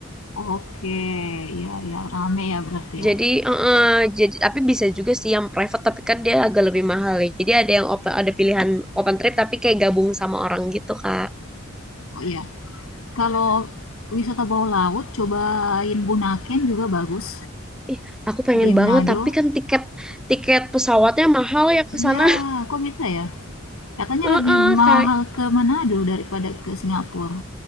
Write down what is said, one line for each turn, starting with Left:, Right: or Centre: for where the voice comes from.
Left: Oke, iya ya, rame ya berarti ya.
Centre: Jadi eh, eh, jadi tapi bisa juga sih yang private tapi kan dia agak lebih mahal ya. Jadi ada yang open ada pilihan open trip tapi kayak gabung sama orang gitu, Kak.
Left: Oh iya. Kalau wisata bawah laut, cobain Bunaken juga bagus
Centre: Ih, aku pengen
Left: di Manado.
Centre: banget, tapi kan tiket tiket pesawatnya mahal ya ke
Left: Iya,
Centre: sana.
Left: kok bisa ya? Katanya
Centre: <laughs>
Left: lebih
Centre: Heeh,
Left: mahal
Centre: kayak
Left: ke Manado daripada ke Singapura.